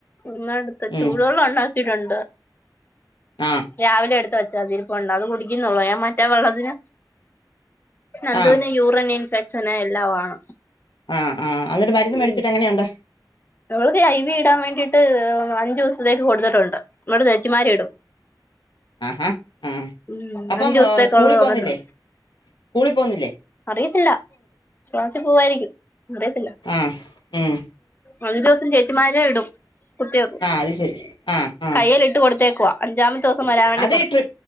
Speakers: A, on the left; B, on the left.
A: ഇന്നടുത്ത്
B: ഉം
A: ചൂടുവെള്ളം ഉണ്ടാക്കിയിട്ടുണ്ട്
B: ആഹ്
A: രാവിലെ എടുത്ത് വച്ചതിരിപ്പുണ്ട് അത് കുടിക്കുന്നുള്ളൂ ഞാൻ മറ്റേ വെള്ളത്തിന് നന്ദൂവിന്
B: ആ
A: യൂറിൻ ഇൻഫെക്ഷന് എല്ലാമാണ്
B: ആഹ് ആഹ് അന്നിട്ട് മരുന്ന് മേടിച്ചിട്ട്
A: ഉം
B: എങ്ങനെയുണ്ട്
A: അവൾക്ക് ഐ വി ഇടാൻ വേണ്ടിട്ട് അഞ്ചു ദിവസത്തേക്ക് കൊടുത്തിട്ടുണ്ട് അന്നിട്ട്‌ ചേച്ചിമാര് ഇടും
B: ആഹ് ഹാ ആ
A: ഉം
B: അപ്പം
A: അഞ്ചു ദിവസത്തേക്കുള്ളത്
B: സ്കൂളിൽ
A: തന്നിട്ടുണ്ട്
B: പോന്നില്ലേ സ്കൂളിൽ പോന്നില്ലേ
A: അറിയത്തില്ല ക്ലാസ്സിൽ പോവായിരിക്കും അറിയത്തില്ല
B: ആ ഉം
A: അഞ്ചു ദിവസം ചേച്ചിമാര് ഇടും കുത്തിവെയ്ക്കും
B: ആ അത് ശരി ആ ആ
A: കൈയെല് ഇട്ട് കൊടുത്തേക്കുവ അഞ്ചാമത്തെ ദിവസം വരാൻ വേണ്ടി
B: അത്
A: പറഞ്ഞ്
B: ട്രി